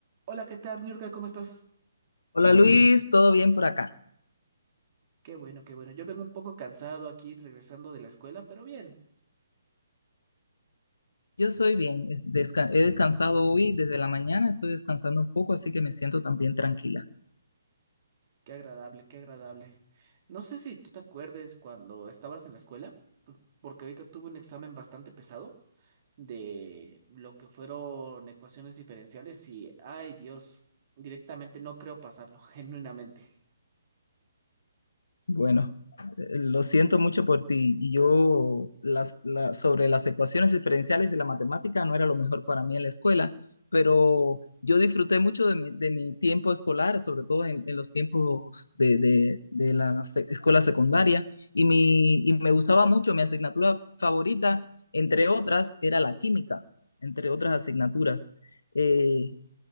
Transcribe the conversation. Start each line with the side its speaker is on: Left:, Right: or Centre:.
Right: Hola, ¿qué tal, Niurka? ¿Cómo estás?
Left: Hola Luis, ¿todo bien por acá?
Right: Qué bueno, qué bueno. Yo vengo un poco cansado aquí regresando de la escuela, pero bien.
Left: Yo soy bien, es- desca- he descansado hoy desde la mañana, estoy descansando un poco, así que me siento también tranquila.
Right: Qué agradable, qué agradable. No sé si tú te acuerdes cuando estabas en la escuela, porque ahorita tuve un examen bastante pesado de lo que fueron ecuaciones diferenciales y, ay Dios, directamente no creo pasarlo, <laughs> genuinamente.
Left: Bueno, eh, lo siento mucho por ti. Y Yo las, la- sobre las ecuaciones diferenciales y la matemática no era lo mejor para mí en la escuela, pero yo disfruté mucho de mi, de mi tiempo escolar, sobre todo en, en los tiempos de, de- de la se- escuela secundaria, y, mi, y me gustaba mucho. Mi asignatura favorita, entre otras, era la química, entre otras asignaturas. Eh,